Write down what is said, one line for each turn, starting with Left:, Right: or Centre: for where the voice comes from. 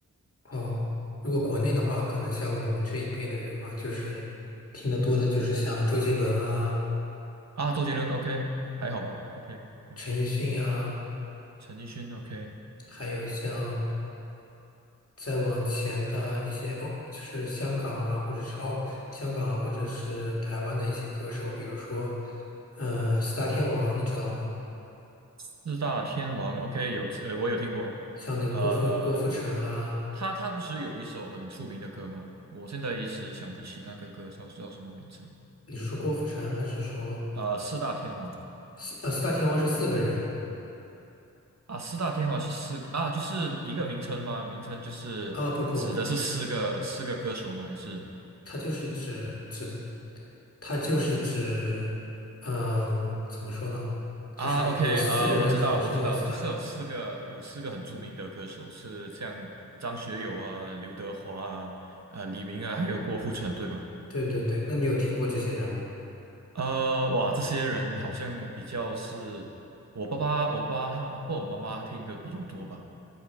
Left: 哦，如果国内的话，可能像我们这一辈的人嘛，就是听得多的就是像周杰伦啊、
Right: 啊？周杰伦，OK，还好吧？OK OK，
Left: 陈奕迅啊，
Right: 陈奕迅，OK，
Left: 还有像。再往前的一些哦，就是香港啊，或者是澳、香港啊，或者是台湾的一些歌手，比如说，呃，四大天王，你知道吗？
Right: 四大天王，OK，有呃我有听过，
Left: 像那个郭富郭富城啊，
Right: 呃，他他不是有一首很出名的歌吗？我现在一时想不起那个歌叫叫什么名字。
Left: 你是说郭富城还是说
Right: 啊？四大天王
Left: 四呃四大天王是四个人
Right: 啊，四大天王是四啊，就是一个名称吗？名称就是指的是四个四个歌手吗？
Left: 啊？不不，
Right: 还是
Left: 他就是指指他就是指，嗯，怎么说呢？
Right: 啊？OK
Left: 就是有四个人统称为四大。
Right: 啊，我知道，我知道，就是有四个有四个很著名的歌手，是像张学友啊、刘德华啊、啊李明啊，还有郭富城，对吗？
Left: 对对对，那你有听过这些人吗？
Right: 呃，哇，这些人好像比较是我爸爸、我爸爸他或我妈妈听的比较多吧。